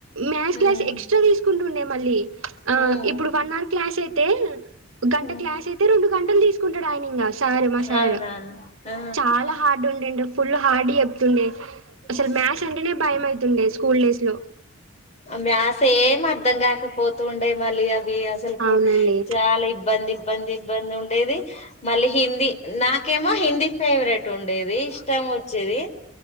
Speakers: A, on the right; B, on the left.
A: మ్యాథ్స్
B: ఉమ్
A: క్లాస్ ఎక్స్ట్రా తీసుకుంటూ ఉండే మళ్ళీ ఆ
B: ఉమ్
A: ఇప్పుడు వన్ హవర్ క్లాస్ తె గంట
B: ఉమ్.
A: క్లాస్ అయితే రెండు గంట తీసుకుంటాడు అయినా ఇంకా మ సారు మ సార్
B: అవునా ఆ
A: చాలా హార్డ్ ఉ ఫుల్ హార్డ్ చెప్తుండే అసలు
B: ఉమ్.
A: మ్యాథ్స్ అంటేనే భయం అవుతుండే స్కూల్ డేస్ లో
B: మ్యాథ్స్ ఏం అర్ధం గాకపోతుండే మళ్ళీ అ అసలుకు
A: అవునండి
B: చాలా ఇబ్బంది ఇబ్బంది ఇబ్బంది ఉ డేది మళ్ళీ హిందీ నాకేమో హిందీ ఫేవరెట్ ఉండేది ఇష్టం వచ్చేది